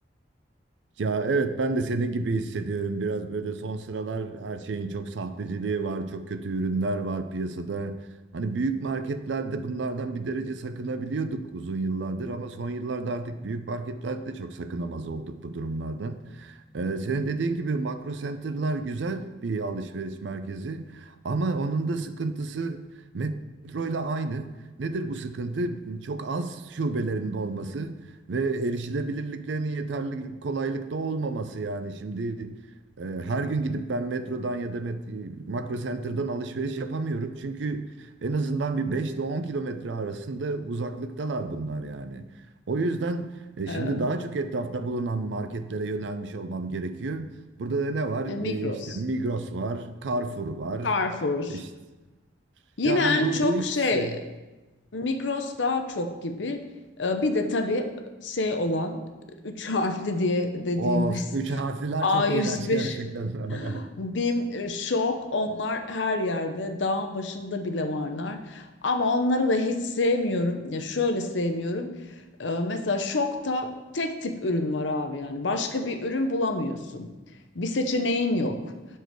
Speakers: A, on the right; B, on the left.
A: Ya evet ben de senin gibi hissediyorum. Biraz böyle son sıralar her şeyin çok sahteciliği var, çok kötü ürünler var piyasada. Hani büyük marketlerde bunlardan bir derece sakınabiliyorduk uzun yıllardır ama son yıllarda artık büyük marketlerde de çok sakınamaz olduk bu durumlardan. Ee, senin dediğin gibi makro center'lar güzel bir alışveriş merkezi ama onun da sıkıntısı metroyla aynı. Nedir bu sıkıntı? Çok az şubelerinin olması ve erişilebilirliklerinin yeterli kolaylıkta olmaması yani. Şimdi e, her gün gidip ben metrodan ya da met- e, makro center'dan alışveriş yapamıyorum. Çünkü en azından bir 5 ile 10 kilometre arasında uzaklıktalar bunlar yani. O yüzden... E
B: Evet.
A: şimdi daha çok etrafta bulunan marketlere yönelmiş olmam gerekiyor. Burada da ne var?
B: E, Migros,
A: E işte Migros var, Carrefour var.
B: Carrefour.
A: İşte
B: Yine
A: yani
B: en
A: bu
B: çok
A: bu ikisi.
B: şey Migros daha çok gibi. E, Bir de tabii şey olan üç harfli diye dediğimiz
A: Of, üç harfliler
B: a
A: çok
B: yüz
A: iğrenç
B: bir
A: gerçekten. <laughs>
B: BİM, Şok onlar her yerde. Dağın başında bile varlar. Ama onları da hiç sevmiyorum. Ya şöyle sevmiyorum. Ee, mesela Şok'ta tek tip ürün var abi yani. Başka bir ürün bulamıyorsun. Bir seçeneğin yok.